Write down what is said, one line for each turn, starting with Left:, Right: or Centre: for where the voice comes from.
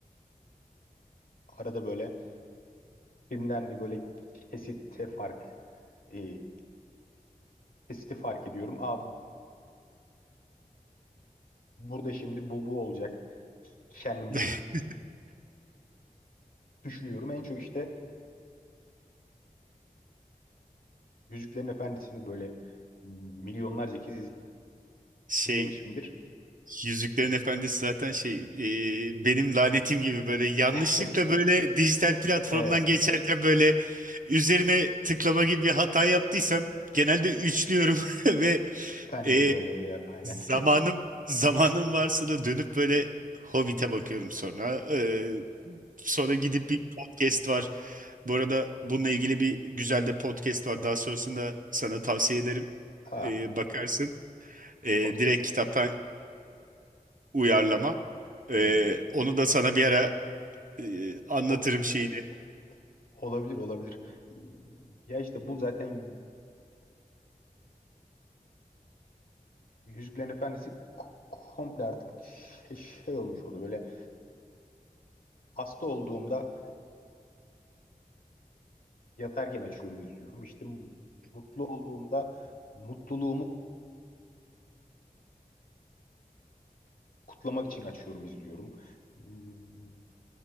Left: Arada böyle filmden bir böyle kesite fark e, kesiti fark ediyorum. Aa Burada şimdi bu bu olacak. Kendimce
Right: <laughs>
Left: düşünüyorum. En çok işte Yüzüklerin Efendisi'ni böyle milyonlarca kez iz-
Right: Şey
Left: izlemişimdir.
Right: Yüzüklerin Efendisi zaten şey e, benim lanetim gibi böyle yanlışlıkla
Left: <laughs>
Right: böyle dijital platformdan
Left: Evet.
Right: geçerken böyle üzerine tıklama gibi bir hata yaptıysam genelde üçlüyorum <laughs> ve
Left: Bende
Right: e,
Left: de öyle oluyor abi aynen.
Right: zamanım
Left: <laughs>
Right: zamanım varsa da dönüp böyle Hobbit'e bakıyorum sonra. E, sonra gidip bir podcast var. Bu arada bununla ilgili bir güzel de podcast var. Daha sonrasında sana tavsiye ederim.
Left: Ha,
Right: E, bakarsın. E,
Left: podcast.
Right: direkt kitaptan uyarlama. Ee,
Left: Hmm.
Right: onu da sana bir ara e, anlatırım
Left: O,
Right: şeyini.
Left: o- olabilir olabilir. Ya işte bu zaten Yüzüklerin Efendisi k- komple artık şey, şey olmuş oldu. Böyle hasta olduğumda yatarken açıyorum izliyorum. İşte mutlu olduğumda mutluluğumu kutlamak için açıyorum izliyorum. Hmm,